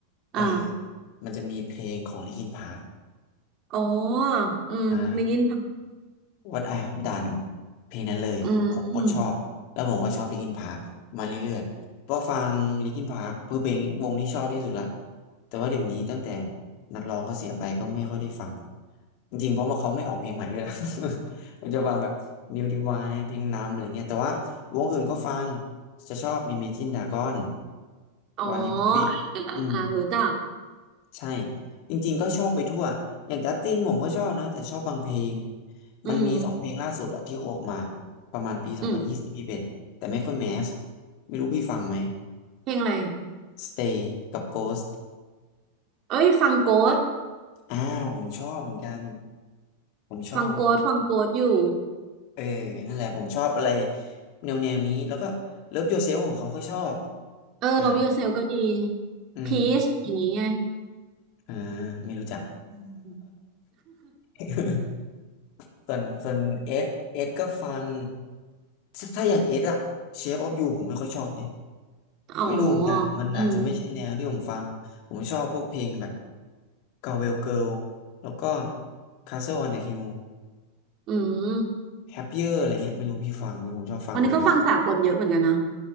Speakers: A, on the left (about 45°); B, on the right (about 35°).
A: เออ
B: อ่า
A: มันจะมีเพลงของลินคินพาร์ค
B: อ๋ออืมได้ยินป่ะ
A: อ่า What I Have Done เพลงนั้นเลยผมโคตรชอบแล้วผมก็ชอบลิ
B: อืม
A: n ินพาร์คมาเรื่อยๆก็ฟังลิ n ินพาร์คเพื่อเป็นวงที่ชอบที่สุดละแต่ว่าเดี๋ยวนี้ตั้งแต่นักร้องเขาเสียไปก็ไม่ค่อยได้ฟังจริงๆเพราะว่าเขาไม่ออกเพลงใหม่ด้วยล่ะ <laughs> ผมจะฟังแบบ New Divine เพลงนำอะไรเงี้ยแต่ว่าวงอื่นก็ฟังจะชอบ Imagine Dragon
B: อ๋อ
A: One Republic
B: อ่าอ่าอ่ารู้จัก
A: อืม ใช่จริงๆก็ชอบไปทั่วอย่างจัสตินผมก็ชอบนะแต่ชอบบางเพลง
B: อืม
A: มันมีสองเพลงล่าสุดอะที่เขาออกมาประมาณปีสองพันยี่สิบยี่สิบเอ็ดแต่ไม่ค่อยแมส
B: อืม
A: ไม่รู้พี่ฟังไหม
B: เพลงอะไร
A: Stay กับ Ghost
B: เอ้ยฟังโกส
A: อ่าผมชอบเหมือนกันผมชอบ
B: ฟังโกสฟังโกสอยู่
A: เออนั่นแหละผมชอบอะไรแนวแนวนี้แล้วก็ Love Yourself ของเขาก็ชอบ
B: เออ
A: อ่า
B: Love Yourself ก็ดี
A: อืม
B: Peace อย่างนี้ไง
A: อ่าไม่รู้จัก
B: อม
A: <laughs> ส่วนส่วนเอสเอสก็ฟังถ้าอย่างเอสอะเชฟออฟยูผมไม่ค่อยชอบดิ
B: <laughs> อ๋อ
A: ไม่รู้เหมือนกันมันอาจจะไม่ใช่แนวที่ผมฟังผมชอบพวกเพลงแบบ
B: อืม
A: Galway Girl แล้วก็ Castle on the Hill
B: อืม
A: Happier อะไรเงี้ยไม่รู้พี่ฟังไหมผมชอบฟังเพลงแบบ
B: อันนี้ก็ฟังสากลเยอะเหมือนกันนะ